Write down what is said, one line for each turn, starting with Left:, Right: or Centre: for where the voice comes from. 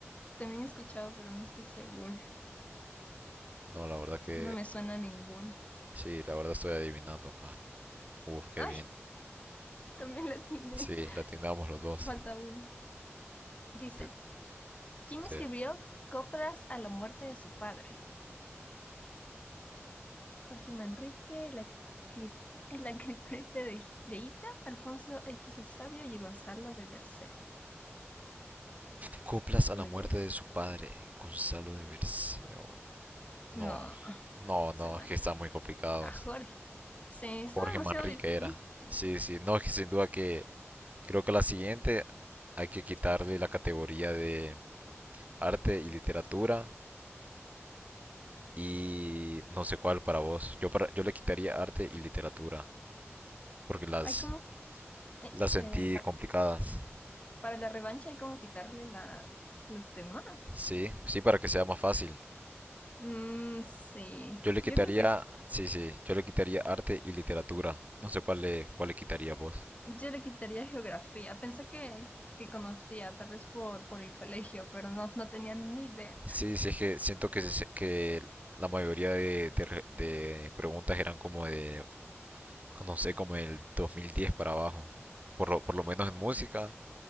Left: También he escuchado, pero no estoy segura.
Right: No, la verdad que
Left: No me suena ninguno.
Right: sí, la verdad estoy adivinando acá. Uf, qué
Left: ¡Ay!
Right: bien.
Left: También la atiné.
Right: Sí, la atendamos los dos.
Left: Falta una. Dice,
Right: Te-
Left: ¿quién
Right: Sí.
Left: escribió Coplas a la muerte de su padre? Jorge Manrique, la, cri- el acripreste de, de Ita, Alfonso X el Sabio y Gonzalo de Berceo.
Right: Coplas a
Left: Voy
Right: la muerte
Left: a decir.
Right: de su padre, Gonzalo de Berceo. No,
Left: No,
Right: no,
Left: José
Right: no,
Left: Manrique.
Right: es que están muy complicados.
Left: A Jorge. Sí, está
Right: Jorge
Left: demasiado
Right: Manrique
Left: difícil.
Right: era. Sí, sí, no, <laughs> que sin duda que creo que la siguiente hay que quitarle la categoría de arte y literatura y no sé cuál para vos. Yo para, yo le quitaría arte y literatura porque las
Left: Hay como... eh,
Right: las
Left: eh,
Right: sentí
Left: pa-
Right: complicadas.
Left: para la revancha hay como quitarle la, los demás.
Right: Sí, sí para que sea más fácil.
Left: Mm, sí,
Right: Yo le quitaría,
Left: yo creo que es,
Right: sí, sí, yo le quitaría arte y literatura. No sé cuál le cuál le quitaría vos.
Left: yo le quitaría geografía. Pensé que, que conocía, tal vez por, por el colegio, pero no, no tenía ni idea.
Right: Sí, sí es que siento que se- que la mayoría de, de re- de preguntas eran como de no sé, como el 2010 para abajo. Por lo, por lo menos en música.